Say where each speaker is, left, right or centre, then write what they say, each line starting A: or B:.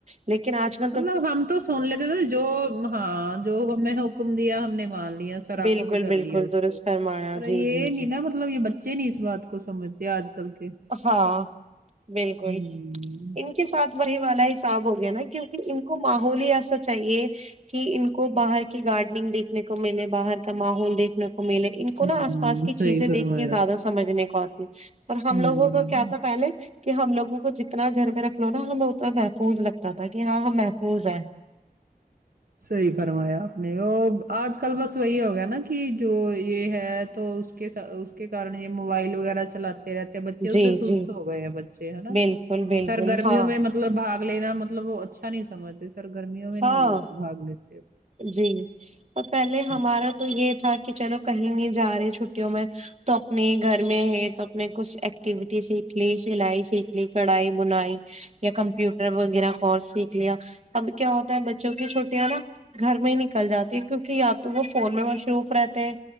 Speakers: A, on the right; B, on the right.
A: لیکن آج نہ
B: مطلب ہم تو سن لیتے تھے جو ہاں جو ہمیں حکم دیا ہم نے مان لیا سرآنکھوں
A: بالکل
B: پہ کر
A: بالکل
B: لیا اس
A: درست
B: کو
A: فرمایا
B: پر
A: جی
B: یہ
A: جی جی
B: نہیں نا مطلب یہ بچے نہیں اس بات کو سمجھتے آج کل کے
A: ہاں بالکل
B: ہوں
A: ان کے ساتھ وہی والا حساب ہو گیا نا کیونک ان کو معاف ہول ہی ایسا چاہیے کہ ان کو باہر کی گارڈننگ دیکھنے کو ملے باہر کا ماحول دیکھ نے کو ملے ان کو
B: ہوں
A: نا آس پاس کی
B: صحیح
A: چیزیں دیکھ
B: فرمایا
A: کے زیادہ
B: آپ
A: سمجھنے کو آتی ہے اور ہم
B: ہوں
A: لوگوں کا کیا تھا پہلے کہ ہم لوگوں کو جتنا گھر میں رکھ لو نہ ہمیں اتنا محفوظ لگتا تھا کہ ہاں ہم محفوظ ہیں
B: صحیح فرمایا آپ نے وہ آج کل بس وہی ہوگیا نا کہ جو یہ ہے تو اس کے اس کے کارن یہ موبائل وغیرہ چلاتے رہتے بچے اس
A: جی
B: سے سست
A: جی
B: ہو گئے ہیں بچے ہے نا
A: بالکل بالکل
B: سرگرمیوں
A: ہاں
B: میں مط مطلب بھاگ لینا مطلب وہ اچھا نہیں سمجھتے سر گرمیوں میں نہیں
A: ہاں
B: وہ بھاگ لیتے
A: جی تو پہلے ہمارا
B: ہوں
A: تو یہ تھا کہ چلو کہیں نہیں جا رہے چھٹیوں میں تو اپنے گھر میں ہے تو اپنے کچھ ایکٹیویٹی سیکھ لی سلائی سیکھ یہ کڑھائی بنائی یا کمپ وغیرہ کو سیکھ لیا اب کیا ہوتا ہے بچوں کی چھوٹیاں نا گھر میں ہی نکل جاتی کیونک یا تو وہ فون میں مصروف رہتے ہیں